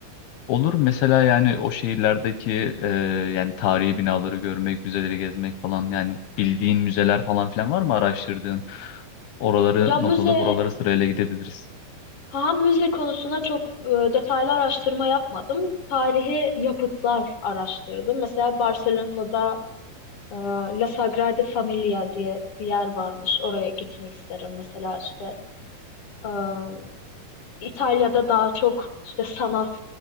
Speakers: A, on the left; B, on the left.
A: Olur mesela yani o şehirlerdeki e, yani tarihi binaları görmek, müzeleri gezmek falan yani bildiğin müzeler falan filan var mı araştırdığın? Oraları
B: Ya müze,
A: not alıp oraları sırayla gidebiliriz.
B: ha müze konusuna çok e, detaylı araştırma yapmadım. Tarihi yapıtlar araştırdım. Mesela Barcelona'da e, La Sagrada Familia diye bir yer varmış. Oraya gitmek isterim. Mesela işte e, İtalya'da daha çok işte sanat,